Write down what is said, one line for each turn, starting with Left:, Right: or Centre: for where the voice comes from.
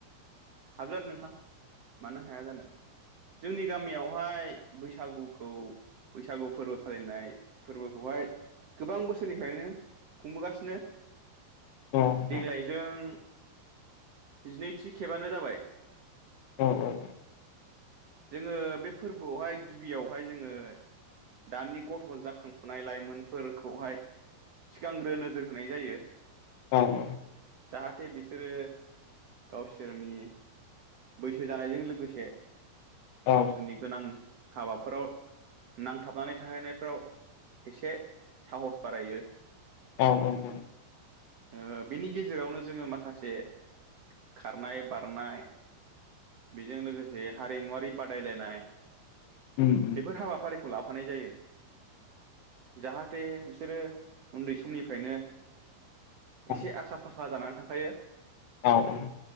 Right: हागोन नोंथां मानो हाया जानो जोंनि गामियावहाय बैसागुखौ बैसागु फोरबो फालिनाय फोरबोखौहाय गोबां बोसोरनिफ्रायनो खुंबोगासिनो।
Left: औ नोंथां
Right: देग्लायजों जिनैथि खेब बानो जाबाय
Left: औ औ औ
Right: जोङो बे फोरबोआवहाय गिबियावहाय जोङो दानि गथ' जाखांफुनाय लाइमोनफोरखौहाय सिगांग्रो नोजोर होनाय जायो
Left: औ औ
Right: जाहाथे बिसोरो गाव सोरनि बैसो जानायजों लोगोसे
Left: औ
Right: गावसोरनि गोनां हाबाफोराव नांथाबनानै थाहैनायफ्राव एसे साहस बारायो।
Left: औ औ औ
Right: ओ बिनि गेजेरावनो जोङो माखासे खारनाय बारनाय बेजों लोगोसे हारिमुवारि बादायलायनाय
Left: उम उम
Right: बेफोर हाबाफारि लाफानाय जायो जाहाथे बिसोरो उन्दै समनिफ्रायनो
Left: औ
Right: एसे आखा फाखा जानानै थांखायो
Left: औ औ